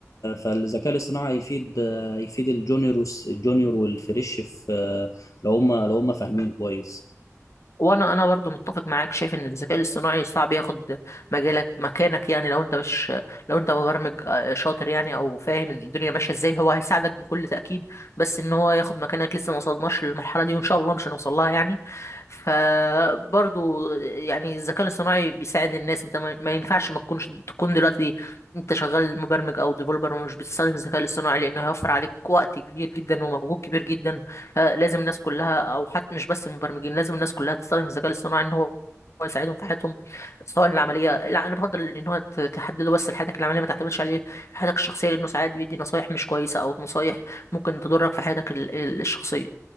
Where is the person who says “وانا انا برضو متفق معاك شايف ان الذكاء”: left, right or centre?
Left